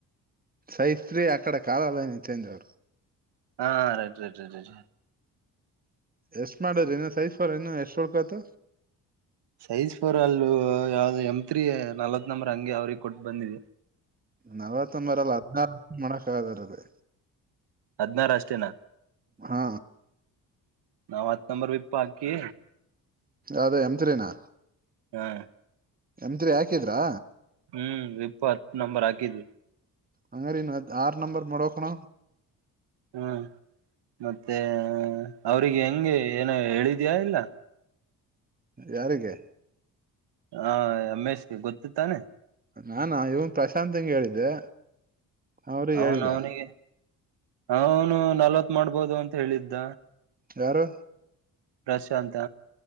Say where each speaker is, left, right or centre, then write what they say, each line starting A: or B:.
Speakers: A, on the right; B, on the right.
A: size three ಆಕ್ಕಡೆ ಕಾಲಾಲೈನ ನಿಂತಕೊಂಡವರು
B: ಹಾ ರೈಟ್ ರೈಟ್ ರೈಟ್ ರೈಟ್
A: ಎಷ್ಟ್ ಮಾಡ್ರಿ ಇನ್ನ ಸೈಜ್ ಫೋರ್ ಇನ ಎಷ್ಟ ಉಳ್ಕತ್
B: ಸೈಜ್ ಫೋರ್ ಅಲ್ಲೂ ಯಾವ್ದ ಎಮ್ ತ್ರೀ ನಲ್ವತ್ ನಂಬರ್ ಹಂಗೆ ಅವ್ರಿಗ ಕೊಟ್ಟ ಬಂದಿವಿ
A: ನಲವತ್ತೊ ಬರಲ್ಲ ಹದ್ನಾರು ಲಕ್ಷ ಮಾಡಕ್ ಆಗಲ್ಲ ರೀ ಅದು
B: ಹದ್ನಾರ ಅಷ್ಟೇನ
A: ಹಾ
B: ನಾವ್ ಹತ್ ನಂಬರ್ ವಿಪ ಹಾಕಿ
A: ಅದೇ ಎಮ್ ತ್ರಿ ನಾ
B: ಹ್ಮ್
A: ಎಮ್ ತ್ರಿ ಯಾಕಿದ್ರಾ
B: ಹ್ಮ್ ಇಪ್ಪತ್ತ್ ನಂಬರ್ ಹಾಕಿದ್ವಿ
A: ಅಂಗಾರ ಇನ್ನ ಆರ್ ನಂಬರ್ ಮಾಡಬೇಕಣ
B: ಹ್ಮ್ ಮತ್ತೆ ಅವ್ರಿಗೆ ಹೆಂಗೆ ಏನೋ ಹೇಳಿದಿಯಾ ಇಲ್ಲ
A: ಯಾರಿಗೆ
B: ಹಾ ರಮೇಶ್ಗೆ ಗೊತ್ತುತ್ತಾನೆ
A: ನಾನ ಇವನ್ ಪ್ರಶಾಂತಂಗ ಹೇಳಿದ್ದೆ ಅವ್ರಿಗೆ
B: ಅವನು
A: ಹೇಳಿದ
B: ಅವನಿಗೆ ಅವನು ನಲ್ವತ್ ಮಾಡ್ಬೋದು ಅಂತ ಹೇಳಿದ್ದ
A: ಯಾರು
B: ಪ್ರಶಾಂತ